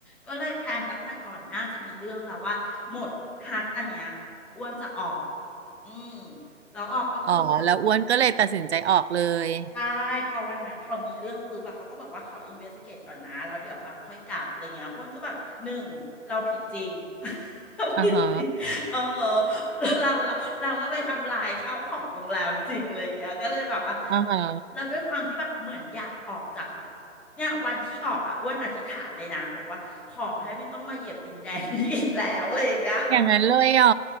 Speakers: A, in the centre; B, on the right.
A: ก็เลยแพลนตั้งแต่ก่อนหน่าจะมีเรื่องแล้วว่าหมดฮัทอันเนี้ยอ้วนจะออกอืมแล้วออกก็คือ
B: อ๋อแล้วอ้วนก็เลยตัดสินใจออกเลย
A: ใช่พอวันนั้นพอมีเรื่องปุ๊บอะเขาก็บอกว่าขออินเวส i ิเกตก่อนนะแล้วเดี๋ยวแบบค่อยกลับอะไรเงี้ยอ้วนก็แบบหนึ่งเราผิดจริง <laughs> เราผิดจริงเออ
B: อ่าฮะ
A: เราเราเราก็ไปทำลายข้าวของโรงแรมจริงเลยอย่างเี้ยก็เลยแบบว่า
B: อ่าฮะ
A: เราด้วยความที่แบบเหมือนอยากออกจากแบบเนี่ยวันที่ออกอะอ้วนอธิษฐานเลยนะบอกว่าขอให้ไม่ต้องมาเหยียบดินแดนนี้อีกแล้วอะไรอย่างเงี้ย
B: อย่างนั้นเลยเหรอ